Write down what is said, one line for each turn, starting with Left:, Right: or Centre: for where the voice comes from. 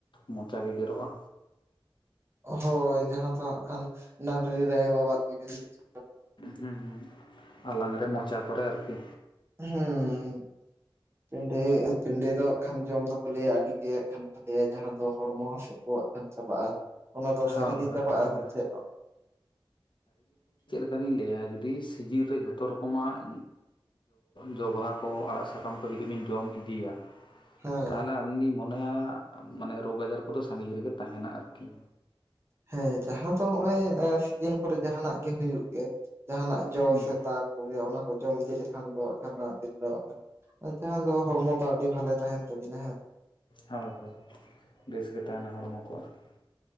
Left: ᱢᱚᱪᱟ ᱜᱮ ᱜᱮᱨᱚᱜᱼᱟ᱾
Right: ᱚ-ᱦᱚ ᱡᱟᱸᱦᱟ ᱫᱚ ᱦᱟᱜ ᱠᱷᱟᱱ ᱱᱟᱹᱰᱨᱤ ᱨᱮ ᱵᱟᱵᱟᱜ ᱜᱮᱵᱮᱱ ᱵᱩᱪᱟ᱾
Left: ᱦᱮᱸ ᱦᱮᱸ ᱟᱞᱟᱝ ᱨᱮ ᱢᱚᱪᱟ ᱠᱚᱨᱮ ᱟᱨᱠᱤ᱾
Right: ᱦᱩᱸ᱾ ᱯᱮᱸᱰᱮ ᱯᱮᱸᱰᱮ ᱫᱚ ᱦᱟᱜ ᱠᱷᱟᱱ ᱡᱚᱢ ᱫᱚ ᱠᱚ ᱞᱟᱹᱭ-ᱟ ᱟᱹᱰᱤ ᱜᱮ ᱦᱟᱜ ᱠᱷᱟᱱ ᱡᱟᱦᱟᱸ ᱫᱚ ᱦᱚᱲᱢᱚ ᱦᱟᱥᱳ ᱠᱚ ᱦᱟᱜ ᱠᱷᱟᱱ ᱪᱟᱵᱟᱜᱼᱟ᱾ ᱚᱱᱟ ᱫᱚ
Left: ᱦᱳᱭ
Right: ᱥᱟᱹᱨᱤ ᱜᱮ
Left: ᱦᱳᱭ
Right: ᱪᱟᱵᱟᱜᱼᱟ
Left: ᱮᱠᱟᱞ ᱜᱮ
Right: ᱥᱮ ᱪᱮᱫ?
Left: ᱞᱤᱧ ᱞᱟᱹᱭᱟ ᱡᱩᱫᱤ ᱥᱤᱡᱤᱱ ᱨᱮ ᱡᱷᱚᱛᱚ ᱨᱚᱠᱚᱢᱟᱜ ᱡᱚ ᱵᱟᱦᱟ ᱠᱚ ᱟᱲᱟᱜ ᱥᱟᱠᱟᱢ ᱠᱚ, ᱡᱩᱫᱤ ᱵᱮᱱ ᱡᱚᱢ ᱤᱫᱤᱭᱟ,
Right: ᱦᱮᱸ
Left: ᱛᱟᱦᱚᱞᱮ ᱟᱹᱞᱤᱧ ᱞᱤᱧ ᱢᱚᱱᱮᱭᱟ ᱢᱟᱱᱮ ᱨᱳᱜᱽ ᱟᱡᱟᱨ ᱠᱚ ᱫᱚ ᱥᱟᱺᱜᱤᱧ ᱨᱮᱜᱮ ᱛᱟᱦᱮᱱᱟ ᱟᱨᱠᱤ᱾
Right: ᱦᱮᱸ ᱡᱟᱦᱟᱸ ᱫᱚ ᱦᱚᱜᱼᱚᱭ ᱥᱤᱡᱤᱱ ᱠᱚᱨᱮ ᱡᱟᱦᱟᱱᱟᱜ ᱜᱮ ᱦᱩᱭᱩᱜ ᱜᱮ ᱡᱟᱦᱟᱱᱟᱜ ᱡᱚ
Left: ᱦᱩᱸ
Right: ᱥᱮ ᱫᱟ ᱠᱚᱜᱮ ᱚᱱᱟᱠᱚ ᱡᱚᱢ ᱤᱫᱤ ᱞᱮᱠᱷᱟᱱ ᱫᱚ ᱦᱟᱜ ᱠᱷᱟᱱ ᱫᱚ <unintelligible> ᱫᱚ ᱦᱚᱲᱢᱚ ᱫᱚ ᱟᱹᱰᱤ ᱵᱷᱟᱞᱮ ᱛᱟᱦᱮᱱ ᱛᱟᱵᱤᱱᱟ ᱦᱮᱸ᱾
Left: ᱦᱳᱭ ᱦᱳᱭ ᱵᱮᱥᱜᱮ ᱛᱟᱦᱮᱱᱟ ᱦᱚᱲᱢᱚ ᱠᱚ, ᱟᱨᱠᱤ